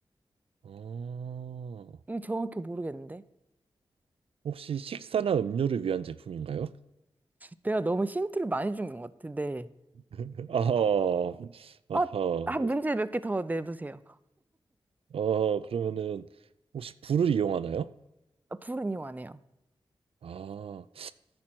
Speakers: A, on the right; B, on the right.
A: 어,
B: 이거 정확히 모르겠는데?
A: 혹시 식사나 음료를 위한 제품인가요?
B: 내가 너무 힌트를 많이 준 것 같아, 네.
A: <laughs> 아하, 아하.
B: 어, 아, 문제 몇 개 더 내보세요.
A: 어, 그러면은 혹시 불을 이용하나요?
B: 아, 불은 이용 안 해요.
A: 아,